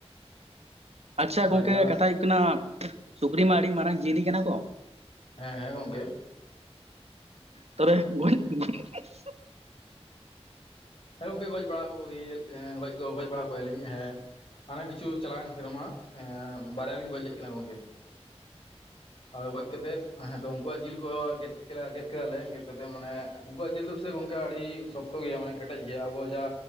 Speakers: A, on the right (about 70°); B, on the left (about 55°).
A: ᱟᱪᱪᱷᱟ ᱜᱚᱝᱠᱮ
B: ᱟᱨ ᱡᱟᱦᱟᱸ
A: ᱠᱟᱛᱷᱟ ᱦᱩᱭᱩᱜ ᱠᱟᱱᱟ ᱥᱩᱠᱨᱤ ᱢᱟ ᱟᱹᱰᱤ ᱢᱟᱨᱟᱝ ᱡᱤᱭᱟᱹᱞᱤ ᱠᱟᱱᱟ ᱠᱚ
B: ᱦᱮᱸ ᱦᱮᱸ ᱜᱚᱝᱠᱮ
A: ᱛᱟᱨᱮ ᱜ <unintelligible>
B: ᱦᱮᱸ ᱜᱚᱝᱠᱮ ᱜᱚᱡ ᱵᱟᱲᱟ ᱠᱚ ᱜᱚᱡ ᱜᱚᱡ ᱵᱟᱲᱟ ᱠᱚᱜᱮᱭᱟᱞᱤᱧ ᱦᱮᱸ ᱦᱟᱱᱮ ᱠᱤᱪᱷᱩ ᱪᱟᱞᱟᱣᱮᱱ ᱥᱮᱨᱮᱢᱟ ᱵᱟᱨᱭᱟ ᱞᱤᱧ ᱜᱚᱡ ᱞᱮᱫ ᱠᱤᱱᱟ ᱜᱚᱝᱠᱮ ᱟᱫᱚ ᱜᱚᱡ ᱠᱟᱛᱮᱜ ᱦᱮᱸᱛᱚ ᱩᱱᱠᱩᱣᱟᱜ ᱡᱤᱞ ᱠᱚ ᱜᱮᱫ ᱠᱮᱫᱟᱞᱮ ᱜᱮᱫ ᱠᱟᱛᱮᱜ ᱢᱟᱱᱮ ᱩᱱᱠᱩᱣᱟᱜ ᱡᱮᱫ ᱫᱚ ᱥᱮ ᱜᱚᱝᱠᱮ ᱟᱹᱰᱤ ᱥᱚᱠᱛᱚ ᱜᱮᱭᱟ ᱢᱟᱱᱮ ᱠᱮᱴᱮᱡ ᱜᱮᱭᱟ ᱟᱵᱚ ᱡᱟ